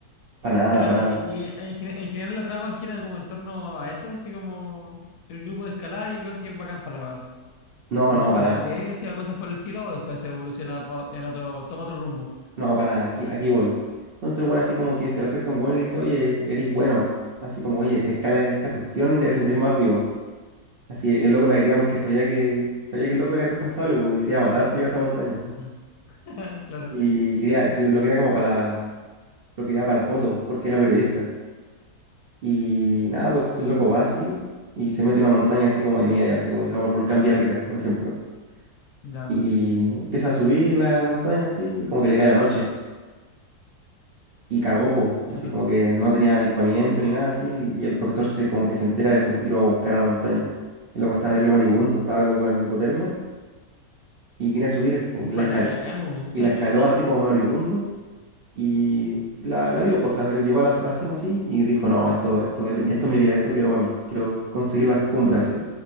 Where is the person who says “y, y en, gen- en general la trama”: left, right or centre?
Left